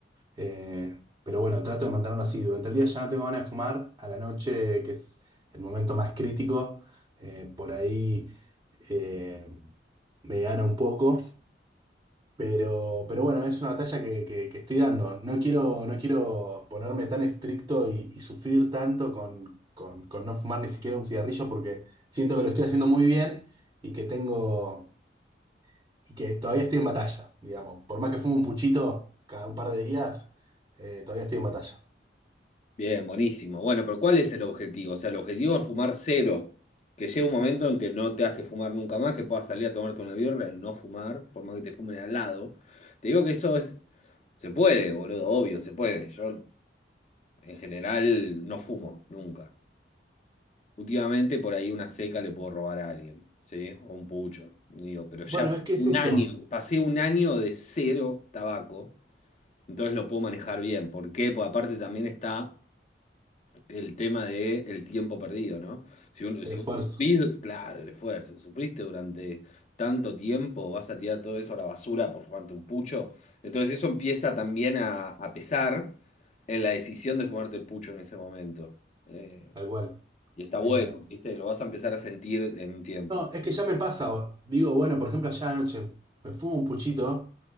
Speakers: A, on the right; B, on the left.
A: eh, pero bueno, trato de mantenerlo así. Durante el día ya no tengo ganas de fumar, a la noche, que es el momento más crítico, eh, por ahí eh, me gana un poco, Pero, pero bueno, es una batalla que, que- que estoy dando. No quiero, no quiero ponerme tan estricto y, y sufrir tanto con, con- con no fumar ni siquiera un cigarrillo porque siento que lo estoy haciendo muy bien y que tengo, y que todavía estoy en batalla, digamos. Por más que fume un puchito cada un par de días, eh, todavía estoy en batalla.
B: Bien, buenísimo. Bueno, pero ¿cuál es el objetivo? O sea, el objetivo es fumar cero. Que llegue un momento en que no te has que fumar nunca más, que puedas salir a tomarte una birra y no fumar, por más que te fumen al lado. Te digo que eso es. Se puede, boludo, obvio, se puede. Yo, en general, no fumo, nunca. Últimamente, por ahí una seca le puedo robar a alguien, ¿sí? O un pucho. Digo, pero
A: Bueno,
B: ya
A: es que es eso,
B: pasé un año de cero tabaco. Entonces lo puedo manejar bien. ¿Por qué? Porque aparte también está el tema de el tiempo perdido, ¿no? Si, uno-
A: el
B: si
A: esfuerzo,
B: vos sufrís, claro, el esfuerzo, si sufriste durante tanto tiempo, vas a tirar todo eso a la basura por fumarte un pucho. Entonces eso empieza también a, a pesar en la decisión de fumarte el pucho en ese momento. Eh,
A: tal cual.
B: y está bueno,
A: Eh,
B: ¿viste? Lo vas a empezar a sentir en un tiempo.
A: no, es que ya me pasa. Digo, bueno, por ejemplo, allá anoche me fumo un puchito